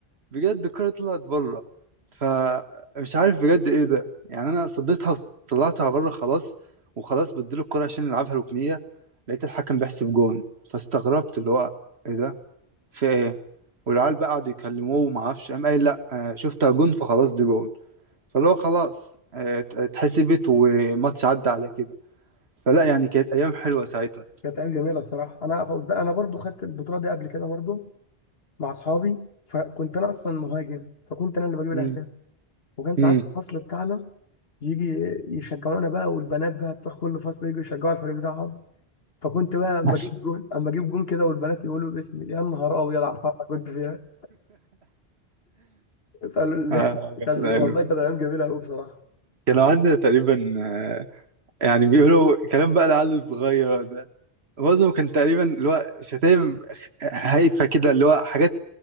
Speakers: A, on the right; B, on the left.
A: بجد الكوره طلعت بره فمش عارف بجد ايه ده يعني انا صديتها وطلعتها بره خلاص وخلاص بديله الكوره عشان نلعبها ركنيه لقيت الحكم بيحسب جون فاستغربت اللي هو ايه ده في ايه والعيال بقى قعدوا يكلموه وما اعرفش قام قال لا آه، شفتها جون فخلاص دي جون فاللي هو خلاص آه، ات- اتحسبت وماتش عدى على كده فلا يعني كانت ايام حلوه ساعتها
B: كانت ايام جميله بصراحه انا فوز- انا برضو خدت البطوله دي قبل كده برضو مع اصحابي فكنت انا اصلا مهاجم فكنت انا اللي بجيب الاهداف
A: امم
B: وكان ساعات
A: امم
B: الفصل بتاعنا يجي يشجعونا بقى والبنات بقى بتوع كل فصل يجوا يشجعوا الفريق بتاعهم فكنت بقى اما
A: ماشي
B: اجيب جون اما اجيب جون كده والبنات يقولوا باسمي يا نهار ابيض على الفرحه كنت فيها فقالوا لي
A: آه،
B: <laughs>
A: جميل.
B: كان
A: حلو.
B: والله كانت ايام جميله قوي بصراحه
A: كان عندنا تقريبا آه، يعني بيقولوا كلام بقى العيال الصغيره ده معظم كان تقريبا اللي هو شتايم خ- هايفه كده اللي هو حاجات